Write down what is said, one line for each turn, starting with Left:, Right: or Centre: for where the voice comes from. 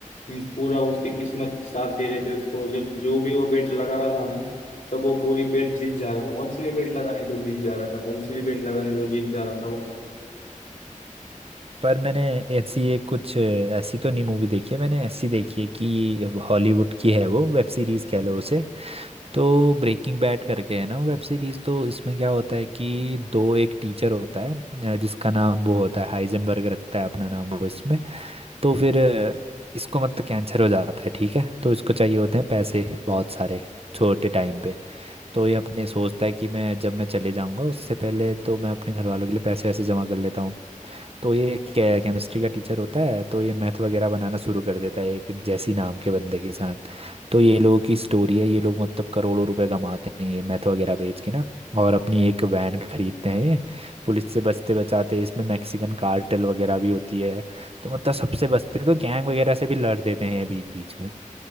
Left: मीन्स पूरा उसकी किस्मत साथ दे रहे थे उसको जब जो भी वो बेट लगा रहा था ना तब वो पूरी बेट जीत जा रहा था कौन सी भी बेट लगाने तो जीत जा रहा था कौन सी भी बेट लगाने तो जीत जा रहा था
Right: पर मैंने ऐसी एक कुछ ऐसी तो नहीं मूवी देखी है मैंने ऐसी देखी है कि हॉलीवुड की है वो वेब सीरीज कह लो उसे तो ब्रेकिंग बैड करके है ना वेब सीरीज तो इसमें क्या होता है कि दो एक टीचर होता है अ, जिसका नाम वो होता है हाइजनबर्ग रखता है अपना नाम वो इसमें तो फिर अ, इसको मतलब कैंसर हो जाता है ठीक है तो इसको चाहिए होते हैं पैसे बहुत सारे छोटे टाइम पे तो ये अपने सोचता है कि मैं जब मैं चले जाऊंगा उससे पहले तो मैं अपने घर वालों के लिए पैसे वैसे जमा कर लेता हूँ तो ये केमिस्ट्री का टीचर होता है तो ये मैथ वगैरह बनाना शुरू कर देता है एक जैसी नाम के बंदे के साथ तो ये लोगों की स्टोरी है ये लोग मतलब करोड़ों रुपए कमाते हैं ये मैथ वगैरह बेच के ना और अपनी एक वैन खरीदते हैं ये पुलिस से बचते बचाते इसमें मैक्सिकन कार्टेल वगैरह भी होती है तो मतलब सबसे बचते तो गैंग वगैरह से भी लड़ देते हैं ये बीच बीच में